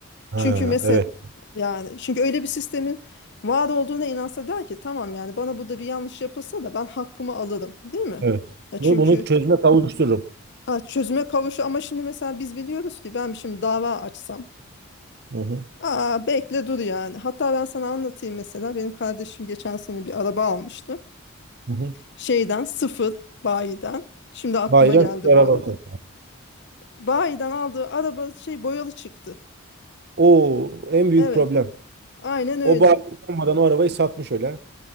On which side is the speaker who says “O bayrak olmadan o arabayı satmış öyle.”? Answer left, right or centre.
Right